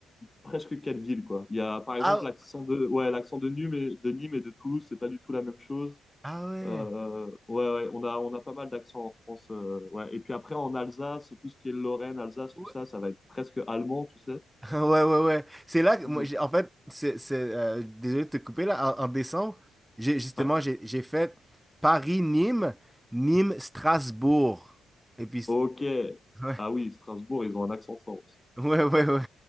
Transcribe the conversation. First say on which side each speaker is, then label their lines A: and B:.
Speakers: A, on the left (about 20°); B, in the centre.
A: presque quelle ville, quoi. Il y a par exemple
B: Ah,
A: l'accent de... Ouais, l'accent de Nîmes et de Nîmes et de Toulouse, c'est pas du tout la même chose.
B: ah ouais.
A: Euh, ouais, ouais, on a, on a pas mal d'accents en France. euh, ouais. Et puis après, en Alsace, tout ce qui est Lorraine, Alsace,
B: Ouais,
A: tout ça, ça va être presque allemand, tu sais.
B: <laughs> ouais, ouais. ouais. C'est là que moi,
A: Non.
B: j'ai- en fait, c'est, c'est, euh, désolé de te couper là. En, en décembre, j'ai, justement,
A: Ouais.
B: j'ai, j'ai fait Paris-Nîmes, Nîmes-Strasbourg. Et puis,
A: Ok.
B: ouais,
A: Ah oui, Strasbourg, ils ont un accent fort aussi.
B: <laughs> ouais, ouais, ouais.